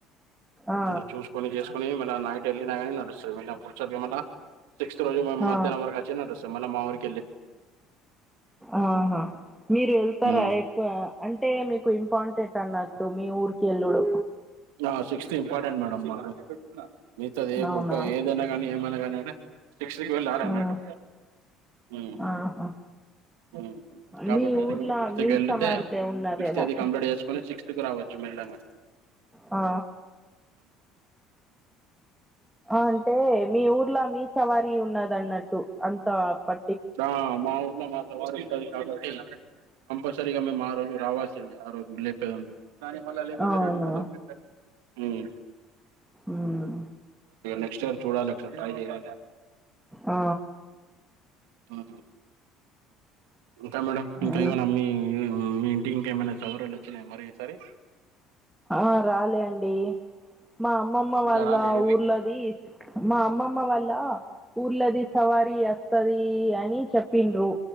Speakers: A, in the centre; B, on the right.
A: ఆ
B: అందు చూసుకొని చేసుకొని మ నైట్ వెళ్ళినా కానీ నడుస్తుంది మ పుడుచదు ఏమన్నా నెక్స్ట్ రోజు మేం
A: ఆ
B: మధ్యానం వరకు వచ్చినట్ స మళ్ళ మా వరికి
A: ఆహా మీరు వెళ్తారా
B: ఉమ్.
A: ఎప్పు అం టే మీకు ఇంపార్టెంట్ అన్నట్టు మీ ఊరికి వెళ్ళడు
B: ఆ సిక్స్త్ ఇంపార్టెంట్ మేడం మా మిత
A: అవునా
B: ఒక ఏదైనా కానీ ఏమైనా కానీ శక్షకి వెల అన్నట్టు
A: ఆ
B: ఉమ్
A: ఆహా
B: ఉమ్ కాబట్టి
A: మీ
B: అందుక
A: ఊర్లో
B: ఫిఫత్
A: మీ
B: క వెళ్ళితే
A: సవార్లే ఉన్నదేమో
B: ఫిఫ్త్ అది కంప్లీట్ చేసుకొని సిక్స్త్కు రావచ్చు మేల్లంగ
A: ఆ అంటే మీ ఊర్లా మీ సవారి ఉన్నదన్నట్టు అంత ప
B: ఆ మా ఊర్లో మాసవారు ఇది కాబట్టి ఒక్కసారిగా మేము ఆ రోజు రావాల్సిందంది ఆ రోజు లేపేందుకు దని మళ్ళీ లేకుంటె
A: అవునా
B: రెండు మొదలు పెట్టారు ఉమ్
A: ఉమ్
B: నెక్స్ట్ ఇయర్ చూడాలక్క ట్రై చేయాలి
A: ఆ
B: ఆహ ఇంకా మేడం ఇంకా
A: ఇం
B: ఏమనా అమ్మి మీ ఇంటికింకేమైనా సవరళ్లుు వచ్చినయా మరి ఈసారి
A: ఆ రాలే అండి మా అమ్ అమ్మమ్మ వాళ్ళ
B: ఇంకా రాలే ఏవి
A: ఊర్లోది మా అమ్మ అమ్మ వల్ళ ఊర్లది సవారీ వస్తది అని చెప్పిండ్రు